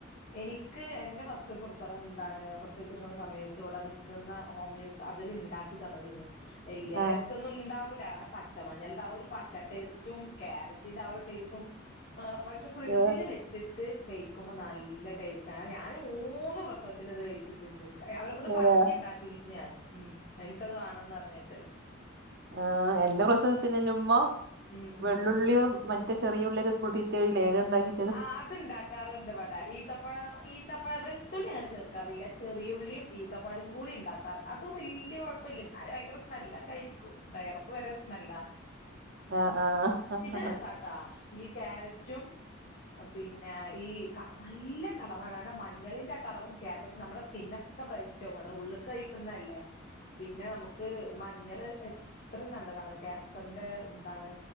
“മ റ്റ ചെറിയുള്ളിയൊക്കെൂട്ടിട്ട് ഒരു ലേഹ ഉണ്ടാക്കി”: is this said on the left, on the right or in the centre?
Right